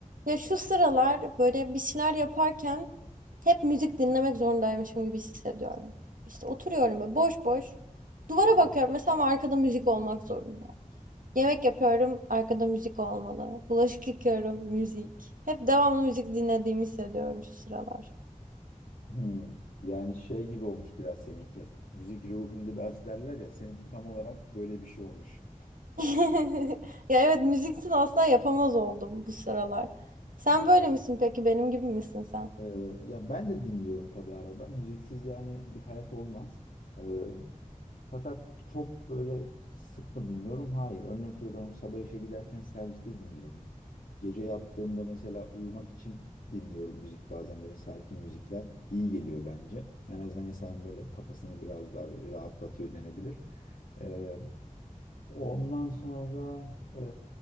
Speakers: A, on the right; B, on the left.
A: Ya şu sıralar böyle bir şeyler yaparken hep müzik dinlemek zorundaymışım gibi hissediyorum. İşte oturuyorum ve boş boş duvara bakıyorum mesela ama arkada müzik olmak zorunda. Yemek yapıyorum, arkada müzik olmalı. Bulaşık yıkıyorum, müzik. Hep devamlı müzik dinlediğimi hissediyorum şu sıralar.
B: Hmm, Yani şey gibi olmuş biraz seninki. Müzik ruhun gıdası derler ya. Seninki tam olarak böyle bir şey olmuş.
A: <laughs> Ya evet müziksiz asla yapamaz oldum bu sıralar. Sen
B: Hı.
A: böyle misin peki? Benim gibi misin sen?
B: Ee, ya ben de dinliyorum tabii arada. Müziksiz yani bir hayat olmaz. Ee, fakat çok böyle sık mı dinliyorum? Hayır. Örnek veriyorum sabah işe giderken serviste dinliyorum. Gece yattığımda mesela uyumak için dinliyorum müzik. Bazen böyle sakin müzikler iyi geliyor bence. En azından insanın böyle kafasını biraz daha böyle rahatlatıyor denebilir. Ee, Ondan sonra e,